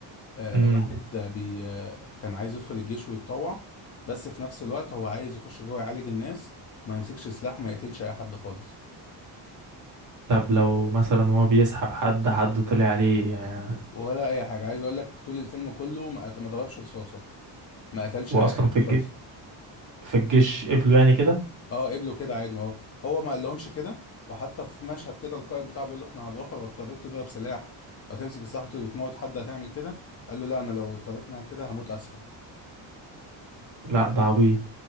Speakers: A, on the left (about 35°); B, on the right (about 40°).
A: آه،
B: امم
A: واحد آه، بي آه، كان عايز يدخل الجيش ويتطوع بس في نفس الوقت هو عايز يخش جوه يعالج الناس وما يمسكش سلاح وما يقتلش اي حد خالص
B: طب لو مثلا هو بيسحب حد حد طلع عليه يعني
A: ولا اي حاجه عايز اقول لك طول الفيلم كله ما قت- ما ضربش رصاصه ما قتلش
B: واصلا
A: اي حد
B: في
A: خالص
B: الجيش في الجيش قبله يعني كده
A: اه قبله كده عادي ما هو هو ما قالهمش كده وحتى في مشهد كده القائد بتاعه بيقول له احنا هنروح لو اضطريت تضرب سلاح او تمسك السلاح وت- وتموت حد هتعمل كده قال له لا انا لو اضطريت إن أنا كده هموت اسهل
B: لا ده عبيط